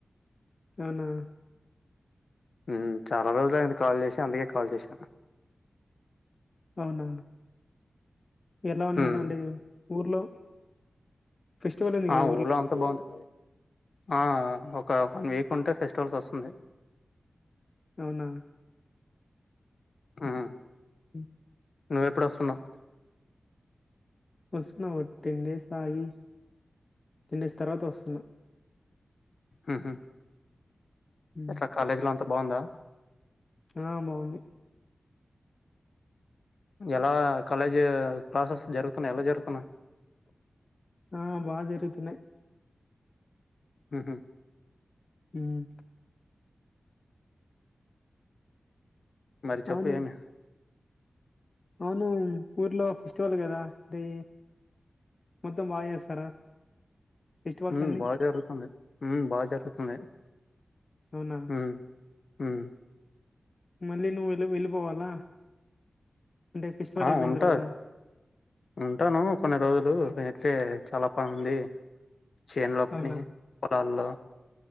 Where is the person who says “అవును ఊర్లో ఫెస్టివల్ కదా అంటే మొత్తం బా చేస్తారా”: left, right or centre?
Left